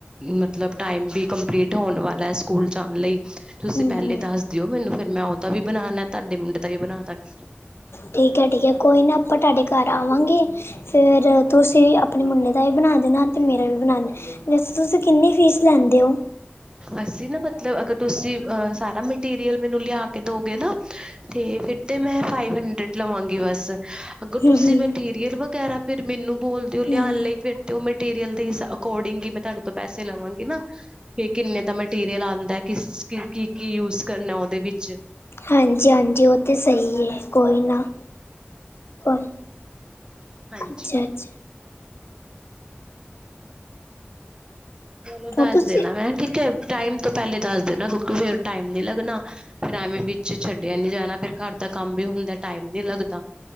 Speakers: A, on the right; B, on the left.
A: ਮਤਲਬ ਟਾਈਮ ਵੀ ਕੰਪਲੀਟ ਹੋਨ ਵਾਲਾ ਸਕੂਲ ਜਾਨ ਲਈ। ਤੁਸੀਂ
B: ਹਮ
A: ਪੈਲੇ
B: ਹਮ
A: ਦੱਸ ਦਿਓ ਮੈਨੂੰ ਫਿਰ ਮੈਂ ਉਹਦਾ ਵੀ ਬਨਾਨਾ ਤੁਹਾਡੇ ਮੁੰਡੇ ਦਾ ਵੀ ਬਨਾ ਦਾਂਗੀ।
B: ਠੀਕ ਐ, ਠੀਕ ਐ ਕੋਈ ਨਾ ਆਪਾਂ ਤੁਹਾਡੇ ਘਰ ਆਵਾਂਗੇ ਫੇਰ ਤੁਸੀਂ ਆਪਣੇ
A: ਹਾਂ
B: ਮੁੰਡੇ ਦਾ ਵੀ ਬਣਾ ਦੇਨਾ ਤੇ ਮੇਰਾ ਵੀ ਬਨਾਨਾ, ਵੈਸੇ ਤੁਸੀਂ ਕਿੰਨੀ ਫੀਸ ਲੈਂਦੇ ਹੋ।
A: ਅਸੀਂ ਨਾ ਮਤਲਬ ਅਗਰ ਤੁਸੀਂ ਅਹ ਸਾਰਾ ਮਟੀਰੀਅਲ ਮੈਨੂੰ ਲਿਆ ਕੇ ਦੋਗੇ ਨਾ ਤੇ ਫਿਰ ਤੇ ਮੈਂ ਫਾਈਵ ਹੰਡਰਡ ਲਵਾਂਗੀ ਬਸ। ਅਗਰ
B: ਹੂੰ
A: ਤੁਸੀਂ
B: ਹੂੰ
A: ਮਟੀਰੀਅਲ ਵਗੈਰਾ ਫੇਰ ਮੈਨੂੰ ਬੋਲਦੇ ਓ ਲਿਆਨ
B: ਹੂੰ
A: ਲਈ ਫੇਰ ਤੇ ਓ ਮਟੀਰੀਅਲ ਦੇ ਹਿੱਸਾ ਅਕੋਰਡਿੰਗ ਹੀ ਮੈਂ ਤੁਹਾਡੇ ਤੋਂ ਪੈਸੇ ਲਵਾਂਗੀ ਨਾ। ਕੀ ਕਿੰਨੇ ਦਾ ਮਟੀਰੀਅਲ ਆਉਂਦਾ ਹੈ ਕਿਸ ਕੀ-ਕੀ ਯੂਜ ਕਰਨਾ ਉਦੇ ਵਿੱਚ।
B: ਹਾਂਜੀ-ਹਾਂਜੀ ਓ ਤੇ ਸਹੀ ਏ ਕੋਈ ਨਾ ਕੋਈ
A: ਹਾਂਜੀ।
B: ਅੱਛਾ ਅੱਛਾ
A: ਚਲੋ ਦੱਸ
B: ਉਹ ਤੁਸੀਂ
A: ਦੇਨਾ ਹੈ ਠੀਕ ਏ। ਟਾਈਮ ਤੋਂ ਪੈਲੇ ਦੱਸ ਦੇਨਾ ਕਿਉਂਕਿ ਫਿਰ ਟਾਈਮ ਨੀ ਲਗਨਾ ਫੇਰ ਐਵੇਂ ਵਿੱਚ ਛੱਡਿਆ ਨੀ ਜਾਨਾ ਫਿਰ ਕਰ ਦਾ ਕੰਮ ਵੀ ਹੁੰਦਾ ਟਾਈਮ ਨੀ ਲੱਗਦਾ।